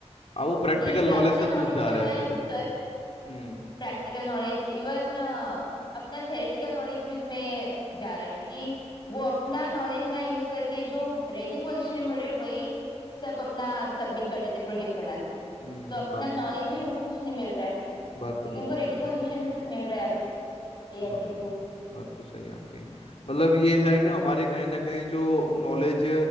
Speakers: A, on the left (about 60°); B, on the left (about 40°).
A: हाँ
B: क्योंकि
A: वो प्रैक्टिकल
B: इसमें
A: नॉलेज
B: अपना
A: से दूर
B: नॉलेज
A: जा
B: का
A: रहे हैं
B: ना
A: फिर
B: यूज कर
A: हम्म
B: प्रैक्टिकल नॉलेज इवन अपना थेरेटिकल नॉलेज भी उसमें जा रहा है क्योंकि वो अपना नॉलेज ना यूज करके जो रेडी पोजीशन में मिल रहा है वही सब अपना सबमिट कर देते प्रोजेक्ट बना के
A: हम्म
B: तो अपना
A: बात
B: नॉलेज
A: तो
B: ही उनको कुछ नहीं मिल रहा है क्योंकि
A: बात तो बिल्कुल
B: उनको रेडी
A: सही है आपकी
B: पोजीशन में सब मिल रहा है अभी एआई
A: बात
B: के थ्रू
A: तो बात तो सही है आपकी मतलब ये है कि हमारे कहीं ना कहीं जो नॉलेज